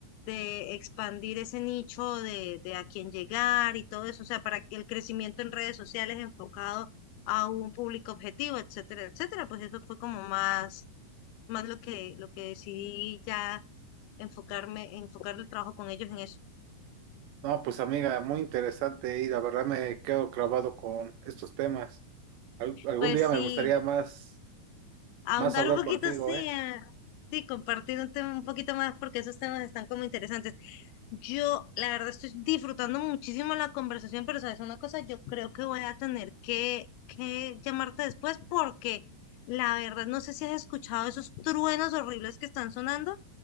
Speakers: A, on the left; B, on the right.
A: de expandir ese nicho de, de a quién llegar y todo eso, o sea, para que el crecimiento en redes sociales enfocado a un público objetivo, etcétera, etcétera. Pues eso fue como más, más lo que, lo que decidí ya enfocarme, enfocar el trabajo con ellos en eso.
B: No, pues amiga, muy interesante y la verdad me quedo clavado con estos temas. Al- algún
A: Pues
B: día
A: sí,
B: me gustaría más,
A: ahondar
B: más hablar
A: un poquito,
B: contigo,
A: sí,
B: ¿eh?
A: ah, sí, compartir un tema un poquito más porque esos temas están como interesantes. Yo, la verdad, estoy disfrutando muchísimo la conversación, pero sabes una cosa, yo creo que voy a tener que, que llamarte después porque la verdad no sé si has escuchado esos truenos horribles que están sonando.